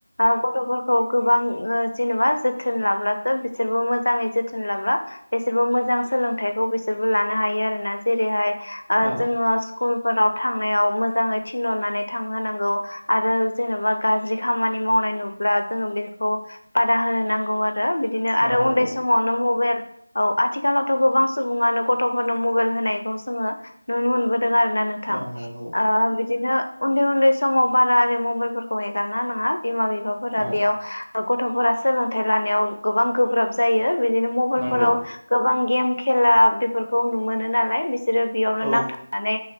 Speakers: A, on the left; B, on the right.
A: आं गथ'फोरखौ गोबां ओ जेनेबा जोथोन लाब्लासो बिसोरबो मोजाङै जोथोन लाब्ला। बिसोरबो मोजां सोलोंथाइखौ बिसोरबो लानो हायो आरो ना जेरैहाय। ओ
B: औ
A: जोंओ स्कुलफोराव। थांनायाव मोजांङै थिनहरनानै थांहोनांगौ आरो जेनेबा गाज्रि खामानि मावनाय नुब। ला जोंओ बेखौ बादा होनांगौ आरो बिदिनो
B: औ
A: आरो
B: नंगौ
A: उन्दै समावनो मबाइल। औ आथिखालावथ' गोबां सुबुंआनो गथ'फोरनो मबाइल होनायखौ जोंओ नुनो मोनबो। नुदों आरोना नोंथां
B: औ नंगौ
A: बिदिनो। उन्दै उन्दै समाव बारा आरि मबाइलफोरखौ ऐगारना होनांआ बिमा बिफाफोरा
B: औ
A: बेयाव। औ गथ'फोरा सोलोंथाइ लानायाव गोबां गोब्राब जायो बिदिनो।
B: नंगौ
A: फोराव गोबां गेम खेला बेफोरखौ नु मोनो नालाय बि। बिसोरो बेयावनो
B: औ
A: नांथाबनानै